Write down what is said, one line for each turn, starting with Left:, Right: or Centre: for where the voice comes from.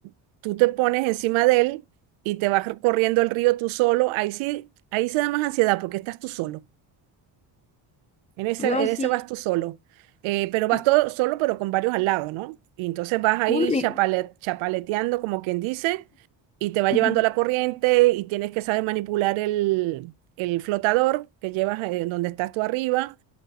Right: <clears throat> tú te pones encima de él y te vas corriendo el río tú solo. Ahí sí, ahí se da más ansiedad porque estás tú solo. En ese,
Left: No,
Right: en
Left: sí.
Right: ese vas tú solo. Eh, pero vas
Left: Cu-
Right: todo solo, pero con varios al lado, ¿no? Y entonces vas ahí
Left: Cool River.
Right: chapale- chapaleteando, como quien dice, y te va llevando
Left: Ujú.
Right: la corriente y tienes que saber manipular el, el flotador que llevas eh, donde estás tú arriba